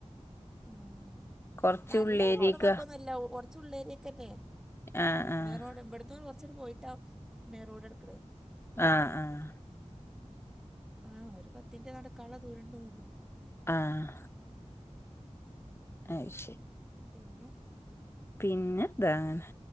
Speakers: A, in the centre; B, on the left.
A: ഉം
B: കൊറച്ച്
A: നല്ല
B: ഉള്ളേരിക്ക
A: റോഡും വക്കൊന്നല്ല കൊർ കൊറച്ചുള്ളേരിയൊക്കെ തന്നെയെ
B: ആഹ് ആഹ്
A: മെയിൻറോഡ ഇബടുന്ന് കൊറച്ചണ് പോയിട്ടാ മെയിൻ റോഡ് കെടക്ക്ണെ
B: ആഹ് ആഹ്
A: ആഹ് ഒരു പത്ത് മിനുട്ട് നടക്കാള്ള ദൂരണ്ട്ന്നൊള്ളു
B: ആഹ് അയ് ശരി
A: പിന്നെ
B: പിന്നെന്താങ്ങെ